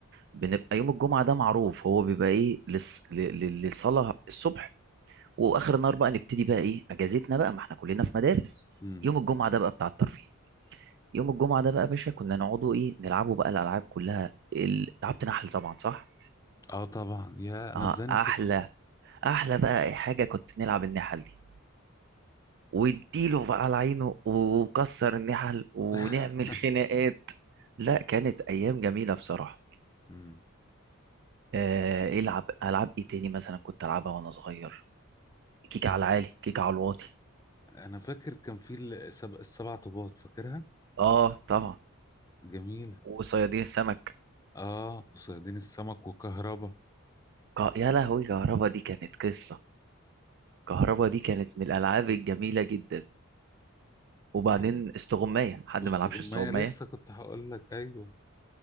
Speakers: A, on the right; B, on the left.
A: بنبقى يوم الجمعه ده معروف هو بيبقى ايه للص- ل- ل- للصلاه الصبح واخر النهار بقى نبتدي بقى ايه اجازتنا بقى ما احنا كلنا في مدارس
B: مم.
A: يوم الجمعه ده بقى بتاع الترفيه يوم الجمعه ده بقى يا باشا كنا نقعدوا ايه نلعبوا بقى الالعاب كلها ال- لعبت نحل طبعا صح
B: اه طبعا يا انا
A: اه
B: ازاي نسيتها
A: احلى احلى بقى اي حاجه كنت نلعب النحل دي واديله بقى على عينه وكسر النحل ونعمل
B: <laughs>
A: خناقات لا كانت ايام جميله بصراحه
B: مم.
A: آه العب العاب ايه تاني مثلا كنت العبها وانا صغير كيك على
B: انا ف...
A: العالي كيك على الواطي
B: انا فاكر كان في السب... السبع طوبات فاكرها
A: اه طبعا
B: جميله
A: وصيادين السمك
B: اه وصيادين السمك وكهربا
A: ك... يا لهوي كهربا دي كانت قصه كهربا دي كانت من الالعاب الجميله جدا وبعدين
B: آه،
A: استغمايه حد
B: وسط
A: ما لعبش
B: جمية
A: استغمايه
B: لسه كنت هقول لك ايوه